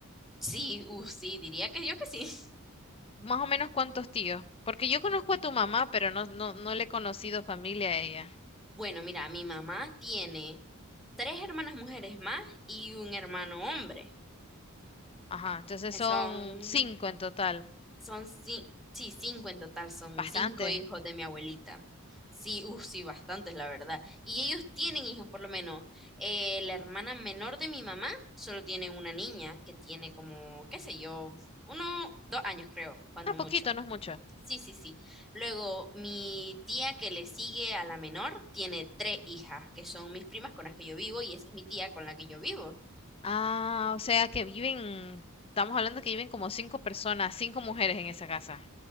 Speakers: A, in the centre; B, on the left.
A: Sí, uh, sí, diría que yo que sí. <laughs>
B: Más o menos cuántos tíos. Porque yo conozco
A: Mm,
B: a tu mamá, pero no, no, no le he conocido familia a ella.
A: Bueno, mira, mi mamá tiene tres hermanas mujeres más y un hermano hombre.
B: Ajá, entonces son
A: Son
B: cinco en total.
A: Son ci- sí, cinco en total, son
B: Bastante.
A: cinco hijos de mi abuelita. Sí, uff, sí, bastantes, la verdad. Y ellos tienen hijos, por lo menos. Eh, la hermana menor de mi mamá solo tiene una niña que tiene como, qué sé yo, uno, dos años creo, cuando
B: Ah, poquito,
A: mucho.
B: no es mucho.
A: Sí, sí, sí. Luego, mi tía que le sigue a la menor tiene tres hijas, que son mis primas con las que yo vivo y esa es mi tía con la que yo vivo.
B: Ah, o sea que viven, estamos hablando que viven como cinco personas, cinco mujeres en esa casa.